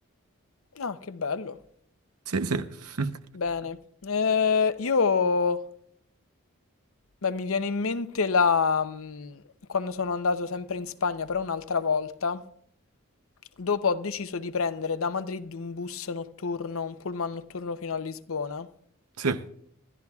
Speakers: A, on the left (about 70°); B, on the right (about 80°).
A: Ah, che bello.
B: Sì, sì. <laughs>
A: Bene. Eh, io... Beh, mi viene in mente la... mm, quando sono andato sempre in Spagna, però un'altra volta, dopo ho deciso di prendere da Madrid un bus notturno, un pullman notturno fino a Lisbona.
B: Sì.